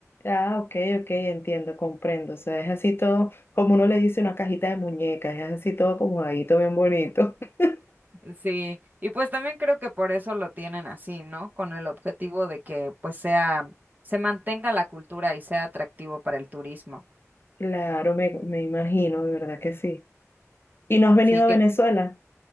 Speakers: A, on the left (about 45°); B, on the right (about 35°).
A: Ah, ok, ok, entiendo, comprendo. O sea, es así todo, como uno le dice, una cajita de muñecas, es así todo acomodadito, bien bonito. <laughs>
B: Sí, y pues también creo que por eso lo tienen así, ¿no? Con el objetivo de que pues sea, se mantenga la cultura y sea atractivo para el turismo.
A: Claro, me, me imagino, de verdad que sí. ¿Y no has venido
B: Sí, que
A: a Venezuela?